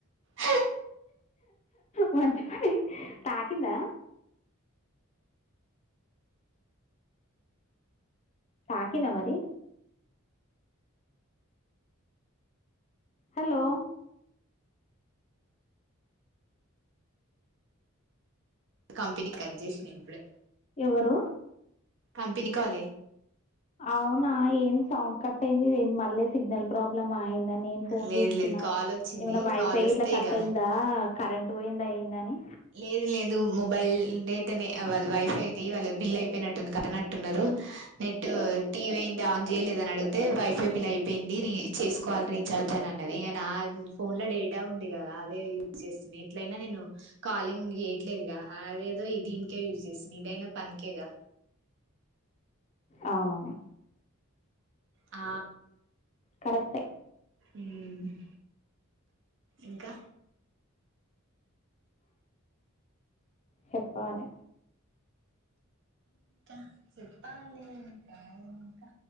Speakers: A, on the right (about 60°); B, on the left (about 30°).
A: హ
B: మంచి పని తాకిందా తాకిందా మరి హలో
A: కంపెనీ కట్ చేసిన ఇప్పుడే
B: ఎవరు
A: కంపెనీ కాల్ ఏ
B: అవునా ఏం సౌండ్ కట్ అయింది ఏ మళ్ళీ సిగ్నల్ ప్రాబ్లమ్ మా ఏంది నేను ఫోన్
A: లేదు
B: చూస్తున్నా
A: లేదు కాల్ వచ్చింది
B: ఏమైన్నా వైఫై
A: కాల్ వస్తే
B: ఇట్లా కట్
A: ఇక
B: అయిందా కరెంట్ పోయిందా ఏందని
A: లేదు లేదు మొబైల్ డేటా నే వా వైఫైది వాళ్ళ బిల్ అయిపోయినట్టుంది కట్టనట్టున్నారు నెట్ టీవీ ఏంటి ఆన్ చేయలేదని అడిగితే వైఫై బిల్ అయిపోయింది రీ చేసుకోవాలి రే చార్జాన్ అన్నది ఇక నా ఫోన్ లో డేటా ఉంది కదా అదే యూజ్ చేస్తున్నా ఎట్లయినా నేను కాలింగ్ యట్లేదుగా అదేదో ఇది ఇంకే యూజ్ చేస్తుంది ఇదైనా పనికేగా
B: అవునవును
A: ఆ
B: కరెక్టే
A: ఉ ఇంకా
B: చెప్పలె
A: ఇంకా చెప్పాలి ఇంకా ఇంకా